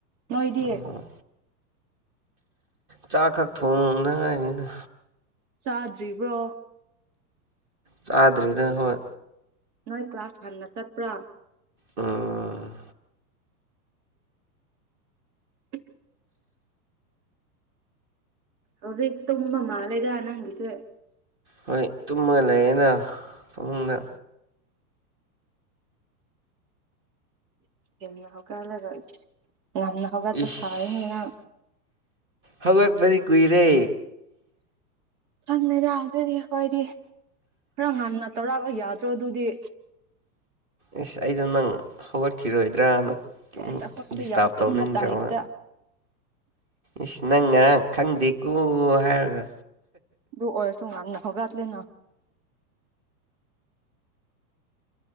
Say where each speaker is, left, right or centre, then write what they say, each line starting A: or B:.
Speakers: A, on the right; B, on the right.
A: ꯅꯣꯏꯗꯤ
B: ꯎꯝ ꯆꯥꯛ ꯈꯛ ꯊꯣꯡ ꯗꯉꯥꯏꯔꯤꯗ
A: ꯆꯥꯗ꯭ꯔꯤꯕ꯭ꯔꯣ
B: ꯆꯥꯗ꯭ꯔꯤꯗ ꯍꯣꯏ
A: ꯅꯣꯏ ꯀ꯭ꯂꯥꯁ ꯍꯟꯅ ꯇꯠꯄ꯭ꯔ
B: ꯎꯝ
A: <inaudible> ꯍꯧꯖꯤꯦꯛ ꯇꯨꯝꯕ ꯃꯥꯜꯂꯦꯗ ꯅꯪꯒꯤꯁꯦ
B: ꯍꯣꯏ ꯇꯨꯝꯃ ꯂꯩꯌꯦꯗ ꯐꯃꯨꯡꯗ
A: ꯊꯦꯡꯅ ꯍꯧꯒꯠꯂꯒ ꯏꯁ ꯉꯟꯅ ꯍꯧꯒꯠꯄ
B: ꯏꯁ
A: ꯁꯥꯏꯌꯦꯅꯦ ꯅꯪ
B: ꯍꯧꯒꯠꯄꯗꯤ ꯀꯨꯏꯔꯦ
A: ꯈꯪꯉꯦꯗ ꯑꯗꯨꯗꯤ ꯈꯣꯏꯗꯤ ꯈꯔ ꯉꯟꯅ ꯇꯧꯔꯛꯑꯕ ꯌꯥꯗ ꯗ꯭ꯔꯣꯗꯨꯗꯤ
B: ꯑꯁ ꯑꯩꯗꯣ ꯅꯪ ꯍꯧꯒꯠꯈꯤꯔꯣꯏꯗ꯭ꯔꯅ
A: ꯁꯦꯁ ꯑꯩꯈꯣꯏꯁꯦ
B: ꯗꯤꯁꯇꯥꯔꯕ
A: ꯌꯥꯝ ꯇꯨꯝꯕ
B: ꯇꯧꯅꯤꯡꯗ꯭ꯔꯕ
A: ꯇꯥꯏꯞꯇ
B: ꯏꯁ ꯅꯪ ꯉꯔꯥꯡ ꯈꯪꯗꯦꯀꯣ ꯍꯥꯏꯔꯒ
A: ꯗꯨ ꯑꯣꯏꯁꯨ ꯉꯟꯅ ꯍꯧꯒꯠꯛꯂꯤꯅ